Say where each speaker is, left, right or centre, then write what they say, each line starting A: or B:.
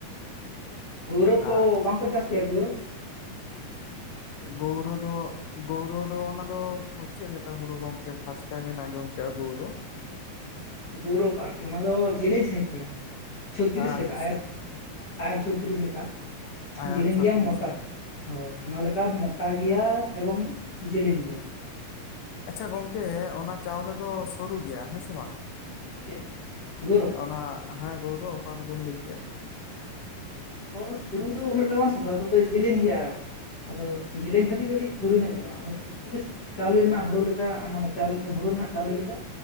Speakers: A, on the left; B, on the left.
A: ᱜᱳᱣᱨᱳᱯ
B: ᱟᱨ
A: ᱠᱚ ᱵᱟᱝ ᱠᱚ ᱪᱟᱥ ᱜᱮᱭᱟ ᱜᱳᱣᱨᱳᱯ‌?
B: ᱜᱳᱣᱨᱳ ᱫᱚᱼᱼ ᱜᱳᱣᱨᱳ ᱫᱚ ᱚᱱᱟ ᱫᱚ ᱜᱚᱝᱠᱮ ᱪᱮᱫ ᱞᱮᱠᱟ ᱦᱩᱲᱩ ᱜᱚᱝᱠᱮ ᱯᱷᱟᱥᱴ ᱴᱟᱭᱤᱢ ᱞᱤᱧ ᱟᱸᱡᱚᱢ ᱠᱮᱜ-ᱟ ᱜᱳᱣᱨᱳ?
A: ᱜᱳᱣᱨᱳᱯ ᱟᱨᱠᱤ ᱚᱱᱟ ᱫᱚ ᱡᱮᱞᱮᱧ ᱥᱟᱺᱦᱤᱡ ᱜᱮᱭᱟ ᱪᱷᱚᱛᱨᱤᱥ
B: ᱟᱪᱪᱷᱟ
A: ᱞᱮᱠᱟ ᱟᱭᱟᱨ
B: ᱟᱪᱪᱷᱟ
A: ᱟᱼᱼ ᱟᱭᱟᱨ ᱪᱷᱚᱛᱨᱤᱥ ᱞᱮᱠᱟ
B: ᱟᱭᱟᱨ
A: ᱡᱮᱞᱮᱧ
B: ᱪᱷᱚᱛᱨᱤᱥ
A: ᱜᱮᱭᱟ ᱢᱚᱴᱟᱼᱼ
B: ᱵᱟᱝ
A: ᱦᱳᱭ ᱚᱱᱟ ᱞᱮᱠᱟ ᱢᱚᱴᱟ ᱜᱮᱭᱟ ᱮᱵᱚᱝ ᱡᱮᱞᱮᱧ ᱜᱮᱭᱟ᱾
B: ᱟᱪᱪᱷᱟ ᱜᱚᱝᱠᱮ ᱚᱱᱟ ᱪᱟᱣᱞᱮ ᱫᱚ ᱥᱚᱨᱩ ᱜᱮᱭᱟ ᱦᱮᱸ ᱥᱮ ᱵᱟᱝ?
A: ᱪᱮᱫ ᱜᱳᱣᱨᱳᱯ?
B: ᱚᱱᱟ ᱦᱮᱸ ᱜᱳᱣᱨᱩ ᱚᱠᱟ ᱠᱚᱵᱤᱱ ᱞᱟᱹᱭ ᱠᱮᱜ-ᱟ᱾
A: ᱚ ᱥᱩᱨᱩ ᱫᱚ ᱩᱱᱟᱹᱜᱴᱟ ᱵᱟᱝ ᱥᱩᱨᱩᱼᱟ ᱛᱚᱵᱮ ᱡᱮᱞᱮᱧ ᱜᱮᱭᱟ᱾ ᱟᱫᱚ ᱡᱮᱞᱮᱧ ᱠᱷᱟᱛᱤᱨ ᱠᱟᱹᱴᱤᱡ ᱥᱩᱨᱩ ᱧᱚᱜ ᱧᱮᱞᱚᱜᱼᱟ, <inaudible> ᱛᱨᱤᱥ ᱪᱟᱣᱞᱮ ᱨᱮᱱᱟᱜ ᱦᱩᱲᱩ ᱞᱮᱠᱟ ᱢᱟᱱᱮ ᱪᱟᱣᱞᱮ ᱦᱩᱲᱩ ᱨᱮᱱᱟᱜ ᱪᱟᱣᱞᱮ ᱞᱮᱠᱟ